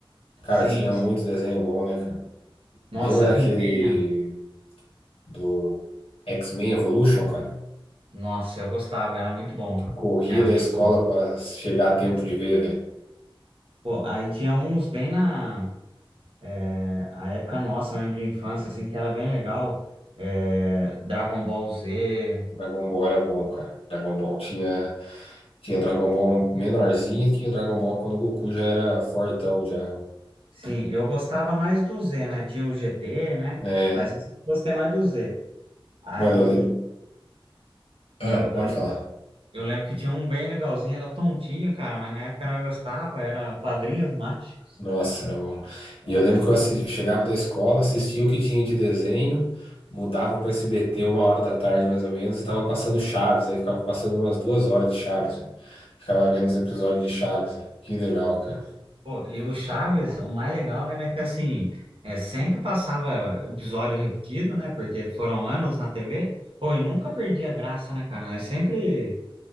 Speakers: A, on the left; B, on the right.
A: Cara,
B: sim.
A: tinha
B: sim.
A: muito desenho bom, né, cara?
B: Nossa,
A: Lembra daquele.
B: He-Man.
A: do X-Men Evolution, cara.
B: Nossa, eu gostava, era muito bom, velho.
A: Corria
B: Era
A: da
B: muito
A: escola
B: bom.
A: pra chegar a tempo de ver, velho.
B: Pô, aí tinha uns bem na é, a época nossa mesmo de infância, assim, que era bem legal. É, Dragon Ball Z.
A: Dragon Ball era bom, cara. Dragon Ball tinha, tinha Dragon Ball menorzinho e tinha Dragon Ball quando o Goku já era fortão, já.
B: Sim, eu gostava mais do Z, né? Tinha o GT, né?
A: É,
B: Mas eu gostei mais do Z. Aí
A: mano, eu... le- Ah,
B: eu, eu,
A: pode falar.
B: eu lembro que tinha um bem legalzinho, era tontinho, cara, mas na época nós gostava, era Padrinhos <laughs> Mágicos.
A: Nossa, era bom.
B: Nossa.
A: E eu lembro que eu assis- chegava da escola, assistia o que tinha de desenho, mudava para SBT uma hora da tarde mais ou menos e tava passando Chaves, aí ficava passando umas duas horas de Chaves, velho. Ficava vendo os episódios de Chaves, velho. Que legal, cara.
B: Pô, e o Chaves, o mais legal era que assim, é, sempre passava episódio repetido, né? Porque foram anos na TV. Pô, e nunca perdia a graça, né, cara? Nós sempre,